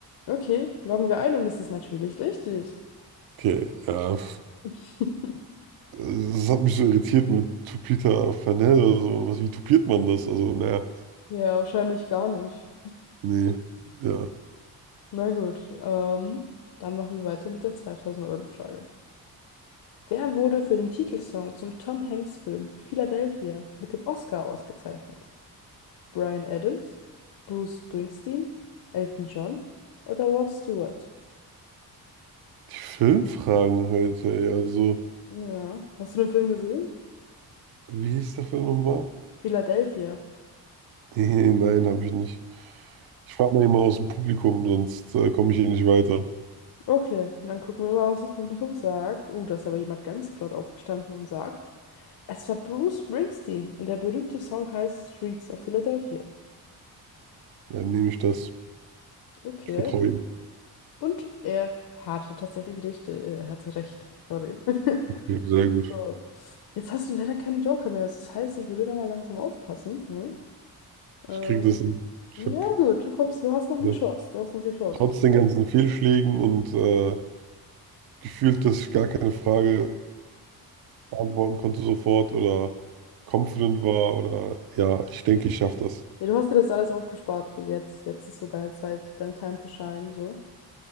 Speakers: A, on the left; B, on the right.
A: Okay, loggen wir ein und das ist natürlich richtig.
B: Okay, ja.
A: <laughs>
B: Das hat mich so irritiert mit Tupita Fanel oder so. Was, wie tupiert man das? Also, naja,
A: Ja, wahrscheinlich gar nicht.
B: nee, ja.
A: Na gut, ähm, dann machen wir weiter mit der 2000-Euro-Frage. Wer wurde für den Titelsong zum Tom Hanks-Film Philadelphia mit dem Oscar ausgezeichnet? Bryan Adams, Bruce Springsteen, Elton John oder Rod Stewart?
B: Die Filmfragen heute, ey. Also,
A: Ja, hast du den Film gesehen?
B: wie hieß der Film nochmal? <laughs>
A: Philadelphia.
B: Nee, nein, habe ich nicht. Ich frage mal jemanden aus dem Publikum, sonst äh, komme ich hier nicht weiter.
A: Okay, dann gucken wir mal, was das Publikum sagt. Oh, da ist aber jemand ganz flott aufgestanden und sagt, es war Bruce Springsteen und der berühmte Song heißt Streets of Philadelphia.
B: Ja, nehme ich das.
A: Okay.
B: Ich vertraue ihm.
A: Und er hatte tatsächlich recht. Äh, er hatte recht. Sorry. <laughs>
B: Ja, sehr gut.
A: So. Jetzt hast du leider keinen Joker mehr. Das heißt, ich würde da mal langsam aufpassen. Hm?
B: Ich
A: Ähm,
B: kriege das hin. Ich
A: ja
B: habe
A: gut, du kommst, du hast noch die
B: ja,
A: Chance. Du hast noch die Chance
B: trotz
A: auf
B: den ganzen
A: die.
B: Fehlschlägen und äh, gefühlt, dass ich gar keine Frage beantworten konnte sofort oder confident war oder ja, ich denke, ich schaffe das.
A: Ja, du hast dir das alles aufgespart für jetzt. Jetzt ist so deine Zeit, dein Time to shine, so.